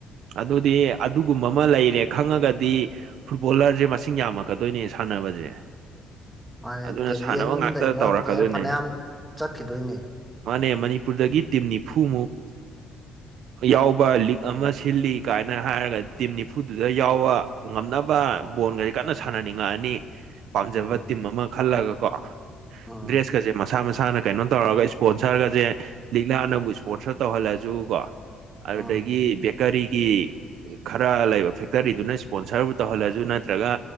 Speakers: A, on the right; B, in the centre.
A: ꯑꯗꯨꯗꯤ ꯑꯗꯨꯒꯨꯝꯕ ꯑꯃ ꯂꯩꯔꯦ ꯈꯪꯉꯒꯗꯤ ꯐꯨꯠꯕꯣꯂꯔꯁꯦ ꯃꯁꯤꯡ ꯌꯥꯝꯃꯛꯀꯗꯣꯏꯅꯦ ꯁꯥꯟꯅꯕꯁꯦ
B: ꯃꯥꯅꯦ
A: ꯑꯗꯨꯅ
B: ꯇꯦꯂꯦꯟ
A: ꯁꯥꯟꯅꯕ ꯉꯥꯛꯇ
B: ꯂꯩꯕ
A: ꯇꯧꯔꯛꯀꯗꯣꯏꯅꯦ
B: ꯄ꯭ꯂꯦꯌꯔ ꯐꯅꯌꯥꯝ ꯆꯠꯈꯤꯗꯣꯏꯅꯦ
A: ꯃꯥꯥꯟꯅꯦ ꯃꯅꯤꯄꯨꯔꯗꯒꯤ ꯇꯤꯝ ꯅꯤꯐꯨꯃꯨꯛ ꯌꯥꯎꯕ ꯂꯤꯛ ꯑꯃ ꯁꯤꯜꯂꯤ ꯀꯥꯏꯅ ꯍꯥꯏꯔꯒ ꯇꯤꯝ ꯅꯤꯐꯨꯗꯨꯗ ꯌꯥꯎꯕ ꯉꯝꯅꯕ ꯕꯣꯟꯒꯁꯦ ꯀꯟꯅ ꯁꯥꯟꯅꯅꯤꯡꯉꯛꯑꯅꯤ ꯄꯥꯝꯖꯕ
B: ꯎꯝ
A: ꯇꯤꯝ ꯑꯃ ꯈꯜꯂꯒ ꯀꯣ
B: ꯎꯝ
A: ꯗ꯭ꯔꯦꯁꯀꯁꯦ ꯃꯁꯥ ꯃꯁꯥ ꯃꯁꯥꯅ ꯀꯩꯅꯣ ꯇꯧꯔꯒ ꯏꯁꯄꯣꯟꯁꯔꯒꯖꯦ ꯂꯤꯛꯂꯥꯅꯕꯨ ꯏꯁꯄꯣꯟꯁꯔ ꯇꯧꯍꯜꯂꯁꯨ ꯀꯣ ꯑꯗꯨꯗꯒꯤ
B: ꯎꯝ
A: ꯕꯦꯀꯔꯤꯒꯤ ꯈꯔ ꯂꯩꯕ ꯐꯦꯛꯇꯔꯤꯗꯨꯅ ꯏꯁꯄꯣꯟꯁꯔꯕꯨ ꯇꯧꯍꯜꯂꯁꯨ ꯅꯠꯇ꯭ꯔꯒ